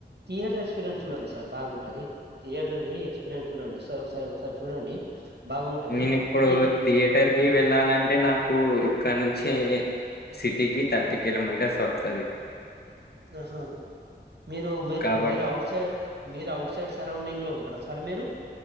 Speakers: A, on the right; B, on the left.
A: theatre experience చూడండి సార్ బాగుంటది థియేటర్ది ఎక్స్పీరియన్స్ చూడండి సార్ ఒకసారి ఒకసారి చూడండి బాగుంటది
B: నేను ఇప్పుడు
A: ఈ
B: థియేటర్ కి వెళ్ళాలంటే నాకు ఇక్కడ నుంచి సిటీకి థర్టీ కిలోమీటర్స్ వడ్ తద్ తది
A: ఆహా మీరు మీరు
B: కాబట్టి
A: మీరు అవుట్ సైడ్ మీరు అఔట్ సైడ్ సరౌండింగ్ లో ఉంటార సార్ మీరు